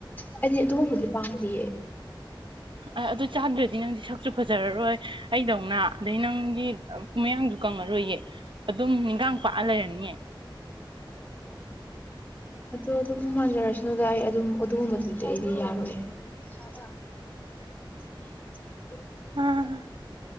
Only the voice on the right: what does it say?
ꯑ ꯑꯗꯨ ꯆꯥꯗ꯭ꯔꯗꯤ ꯅꯪꯗꯤ ꯁꯛꯁꯨ ꯐꯖꯔꯔꯣꯏ ꯑꯩꯗꯧꯅ ꯑꯗꯩ ꯅꯪꯒꯤ ꯃꯌꯥꯡꯁꯨ ꯀꯪꯉꯔꯣꯏꯌꯦ ꯑꯗꯨꯝ ꯏꯟꯈꯥꯡ ꯄꯥꯛꯑ ꯂꯩꯔꯅꯤꯌꯦ
ꯑꯣ